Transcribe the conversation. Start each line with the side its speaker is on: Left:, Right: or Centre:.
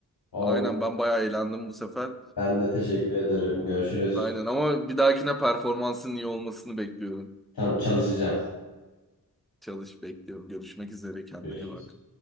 Left: Oldu.
Centre: Aynen ben bayağı eğlendim bu sefer.
Left: Ben de teşekkür ederim. Görüşürüz.
Centre: Aynen ama bir dahakine performansın iyi olmasını bekliyorum.
Left: Tamam çalışacağım.
Centre: Çalış bekliyorum. Görüşmek üzere kendine
Left: Görüşürüz.
Centre: iyi bak.